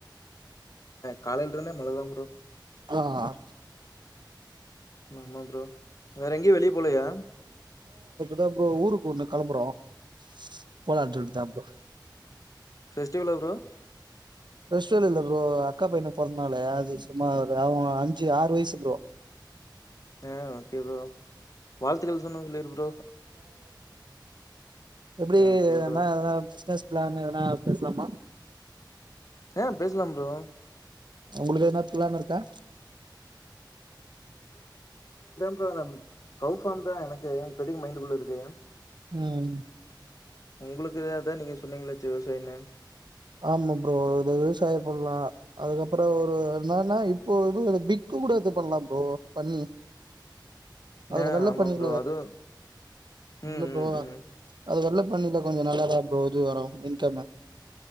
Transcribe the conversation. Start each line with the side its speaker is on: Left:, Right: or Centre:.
Left: கால இல்றந்தே மலதம்ரு
Right: ஆஹ்
Left: ஆமா பரோ வேற எங்கயும் வெளியே போலையா
Right: தான் ஊருக்கு ஒண்ணு கிளம்புறோம் <inaudible>
Left: ஃெஸ்டிவல் எவறோ
Right: ரஸ்ட இல்ல ப்ரோ அக்கா பையனை பறனாலே அது சுும்மாார் அவன் அஞ்சு ஆறு வயசு பரோம்
Left: ஆஹ் ஓகே ப்ரோ வாழ்த்துக்கள் சொன்னும் சொல்லிரு ப்ரோ
Right: எப்படி
Left: ஆ ஓகே ப்ரோ
Right: என்ன பிசினஸ் னா பேசலாமா
Left: ஆஹ் பேசலாம் ரோ
Right: உங்களுக்கு என்னா பளான் இருக்கா
Left: அப்பும் அந்த கௌப தான் எனக்கு இப்போதைக்கு மைண்ட் இருக்கு
Right: உஹம்
Left: உங்களுக்குான் நீங்க சொன்னீங்களாச்சு விவசாயன்னு
Right: ஆமா ப்ரோ இத விவசாயம் பண்ணலாம் அதுக்கப்புறம் ஒரு என்னன்னா இப்போ எ பிக்கு கூட இது பண்ணலாம் ப்ரோ பண்ணி அதுல
Left: ஆ
Right: வெள்ளை
Left: ஆமா
Right: பண்ணல
Left: ப்ரோ அதுவு ம்
Right: இல்ல
Left: ம் ம்
Right: அது வெள்ள பண்ணல கொஞ்சம் நல்லா தான் அப்றம் இது வரும் இன்கம்